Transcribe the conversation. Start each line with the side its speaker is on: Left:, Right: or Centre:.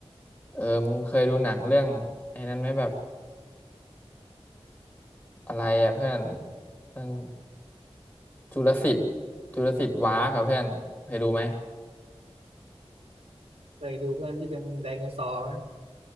Left: เออมึงเคยดูหนังเรื่องไอ้นั้นไหมแบบอะไรอ่ะเพื่อนเรื่องจุลศิษย์จุลศิษย์ว้าร์กับเพื่อนเคยดูไหม
Right: เคยดูเพื่อนที่เป็นไดโนเสาร์ไหม